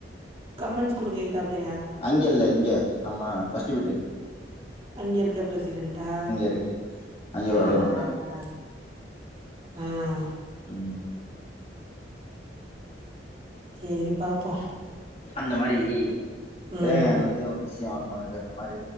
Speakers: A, on the right (about 35°); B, on the left (about 35°).
A: கமெண்ட் ஸ்கூலுக்கு எதித்தாப்லயா
B: அங்கல்ல இங்க நம்மா கஷ்டிபிட்டு
A: அங்க இருக்க பிரசிடென்டா
B: இருக்கு அங்க ஒரு
A: ஆஹ்
B: அளவு நல்லா
A: ஆஹ் ஆஹ் ஆஹ்
B: ம்
A: தேரி பாப்போ
B: அந்த மாரீ
A: ம்
B: தேவையானதே ஒரு விஷயொ அவனுக்கு இந்த மாரி